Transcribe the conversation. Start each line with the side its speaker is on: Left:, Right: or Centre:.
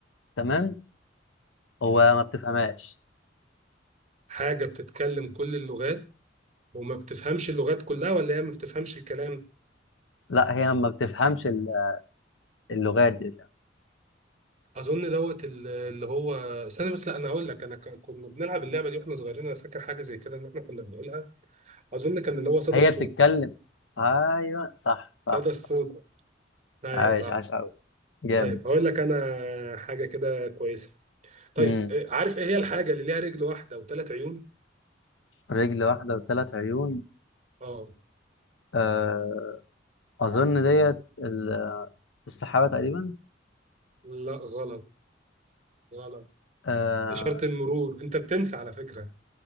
Left: تمام هو ما بتفهمهاش
Right: حاجه بتتكلم كل اللغات وما بتفهمش اللغات كلها ولا هي ما بتفهمش الكلام
Left: لا هي ما بتفهمش ال- اللغات دي
Right: اظن دوت ال- اللي هو استنى بس لا انا هقول لك انا ك- كنا بنلعب اللعبه دي واحنا صغيرين انا فاكر حاجه زي كده ان احنا كنا بنقولها اظن كان اللي هو صدى
Left: هي
Right: الصوت
Left: بتتكلم ايوه صح صح
Right: صدى الصوت
Left: صح
Right: ايوه
Left: عاش
Right: صح
Left: عاش قوي جامد
Right: طيب هقول لك انا حاجه كده كويسه طيب
Left: امم
Right: إيه- عارف ايه هي الحاجه اللي ليها رجل واحده وثلاث عيون
Left: رجل واحدة وثلاث عيون
Right: اه
Left: آه، اظن ديت ال- السحابة تقريبا
Right: لا غلط غلط
Left: آه
Right: اشاره المرور انت بتنسى على فكره